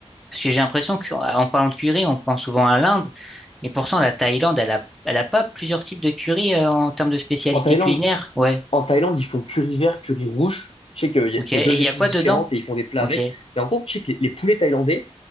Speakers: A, in the centre; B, on the left.
A: Parce que j'ai l'impression qu'en parlant de curry, on pense souvent à l'Inde, mais pourtant la Thaïlande, elle a, elle a pas plusieurs types de curry euh, en termes de spécialité
B: En Thaïlande,
A: culinaire. Ouais,
B: en Thaïlande, ils font curry vert, curry rouge. Je sais que y
A: ok.
B: a- c'est
A: Et
B: deux
A: il y
B: épices
A: a quoi
B: différentes
A: dedans?
B: et ils font des plats
A: Ok,
B: avec. Mais en gros, je sais que les, les poulets thaïlandais,